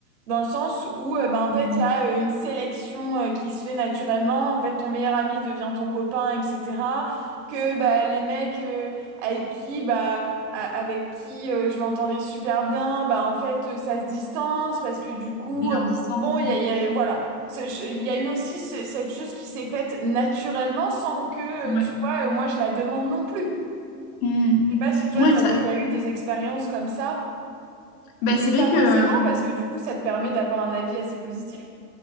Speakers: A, on the right; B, on the left.
A: Dans le sens où, euh, bah, en
B: hum,
A: fait, il y a euh, une sélection euh, qui se fait naturellement. En fait, ton meilleur ami devient ton copain, etc. Que bah, les mecs euh, avec qui, bah, a- avec qui euh, je m'entendais super bien, bah, en fait, euh, ça se distance parce que du coup,
B: et leur distance.
A: Bon, il y a, il y a- voilà. C'est- je- Il y a eu aussi ce- cette chose qui s'est faite naturellement sans que,
B: Ouais.
A: euh, tu vois, euh, moi je la demande non plus.
B: Hum.
A: Je sais pas si toi,
B: Ouais,
A: tu
B: ça,
A: as déjà eu des expériences comme ça,
B: Bah,
A: euh,
B: c'est
A: mais
B: vrai
A: pas
B: que,
A: forcément
B: euh,
A: parce que du coup, ça te permet d'avoir un avis assez positif.